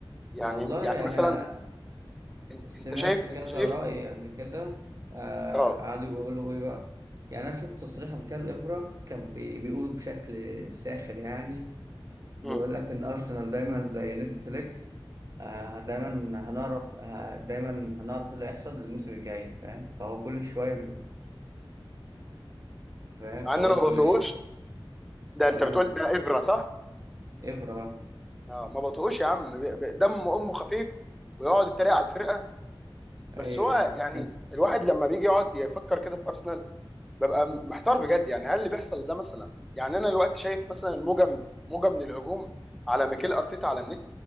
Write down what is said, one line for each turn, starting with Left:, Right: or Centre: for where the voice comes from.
Centre: يعني
Right: والله
Centre: يعني مثلا
Right: أنا
Centre: انت
Right: سمعت
Centre: أنت شايف
Right: كذا
Centre: انت شايف
Right: رأي قبل كده آه،
Centre: اه
Right: قعدوا يقولوا إيه بقى يعني أنا شفت تصريح قبل كده لإبرة كان بي- بيقولوا بشكل ساخر يعني بيقول
Centre: مم.
Right: لك إن أرسنال دايما زي نتفليكس آه دايما هنعرف آه دايما هنعرف إيه اللي هيحصل الموسم الجاي فاهم فهو كل شوية بي- فاهم
Centre: مع
Right: فهو
Centre: ان انا ما بطيقوش
Right: كل ش...
Centre: ده
Right: آه
Centre: انت بتقول ده ابره صح؟
Right: إبرة
Centre: اه ما بطقوش يا عم ب- ب- دم امه خفيف ويقعد يتريق على الفرقه بس
Right: أيوه
Centre: هو يعني
Right: <laughs>
Centre: الواحد لما بيجي يقعد يفكر كده في ارسنال ببقى م- محتار بجد يعني هل اللي بيحصل ده مثلا يعني انا دلوقتي شايف مثلا موجه موجه من الهجوم على ميكيل ارتيتا على النت